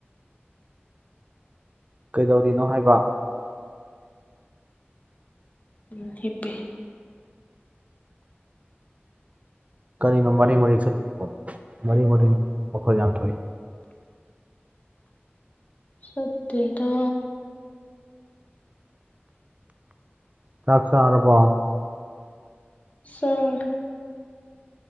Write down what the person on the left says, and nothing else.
ꯎꯝ ꯍꯦꯄꯦ
ꯁꯠꯇꯗ
ꯆꯥꯔꯦ